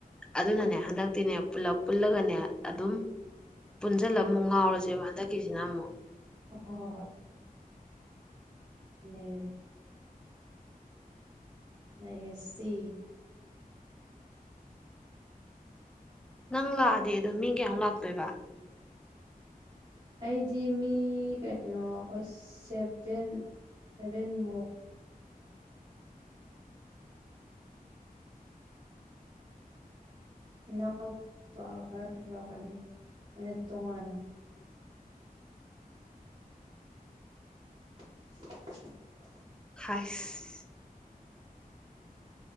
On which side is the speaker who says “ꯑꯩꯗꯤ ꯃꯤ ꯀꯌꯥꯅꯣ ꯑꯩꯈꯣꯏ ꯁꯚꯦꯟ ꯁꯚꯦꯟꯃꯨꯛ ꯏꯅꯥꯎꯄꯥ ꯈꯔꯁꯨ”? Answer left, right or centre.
Right